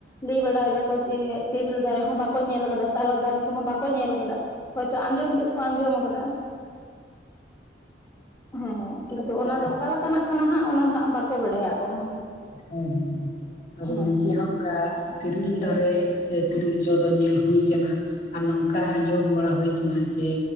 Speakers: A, on the left (about 20°); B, on the left (about 50°).
A: ᱞᱟᱹᱭ ᱵᱟᱲᱟᱭ ᱫᱟ ᱠᱚ ᱡᱮ ᱛᱤᱨᱤᱞ ᱫᱟᱨᱮ ᱦᱚᱸ ᱵᱟᱠᱚ ᱧᱮᱞ ᱟᱠᱟᱫᱟ, ᱛᱟᱨᱚᱯ ᱫᱟᱨᱮ ᱠᱚᱦᱚᱸ ᱵᱟᱠᱚ ᱧᱮᱞ ᱟᱠᱟᱫᱟ᱾ ᱦᱳᱭᱛᱳ ᱟᱸᱡᱚᱢ ᱛᱮᱫ ᱠᱚ ᱟᱸᱡᱚᱢ ᱟᱠᱟᱫᱟ, ᱦᱮᱸ, ᱠᱤᱱᱛᱩ
B: ᱟᱪᱪᱷᱟ
A: ᱚᱱᱟ ᱫᱚ ᱚᱠᱟ ᱞᱮᱠᱟᱱᱟᱜ ᱠᱟᱱᱟ ᱦᱟᱸᱜ ᱚᱱᱟ ᱫᱚ ᱦᱟᱸᱜ ᱵᱟᱠᱚ ᱵᱟᱰᱟᱭᱟ ᱟᱠᱚ ᱦᱚᱸ᱾
B: ᱦᱮᱸ ᱦᱮᱸ, ᱟᱫᱚ
A: ᱦᱮᱸ
B: ᱱᱤᱡᱮ ᱦᱚᱸ ᱠᱟ ᱛᱤᱨᱤᱞ ᱫᱟᱨᱮ ᱥᱮ ᱛᱤᱨᱤᱞ ᱡᱚ ᱫᱚ ᱧᱮᱞ ᱦᱩᱭ ᱠᱟᱱᱟ᱾ ᱟᱨ ᱱᱚᱝᱠᱟ ᱟᱸᱡᱚᱢ ᱵᱟᱲᱟ ᱦᱩᱭ ᱠᱟᱱᱟ ᱡᱮ